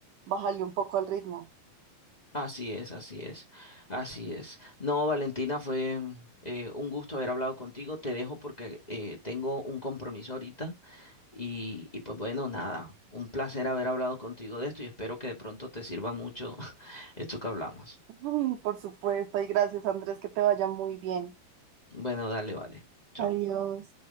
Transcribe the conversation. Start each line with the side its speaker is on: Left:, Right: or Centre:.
Right: bajarle un poco al ritmo.
Left: Así es, así es, así es. No, Valentina, fue eh, un gusto haber hablado contigo. Te dejo porque eh, tengo un compromiso ahorita y, y pues bueno, nada, un placer haber hablado contigo de esto y espero que de pronto te sirva mucho <laughs> esto que hablamos.
Right: Mm, Por supuesto, y gracias Andrés, que te vaya muy bien.
Left: Bueno, dale, vale. Chao.
Right: Adiós.